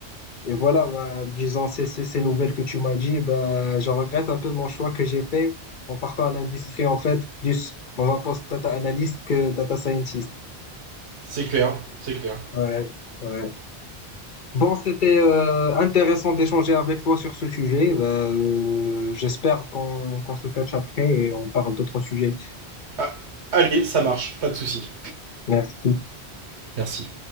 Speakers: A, on the left; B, on the right.
A: Et voilà, bah, disons, ces, ces, ces nouvelles que tu m'as dit, bah, je regrette un peu mon choix que j'ai fait en partant à l'industrie, en fait, plus dans un poste data analyst que data scientist.
B: C'est clair, c'est clair.
A: Ouais, ouais. Bon, c'était euh, intéressant d'échanger avec toi sur ce sujet. Bah, euh, j'espère qu'on qu'on se catch après et on parle d'autres sujets.
B: Ah, allez, ça marche, pas de souci.
A: Merci.
B: Merci.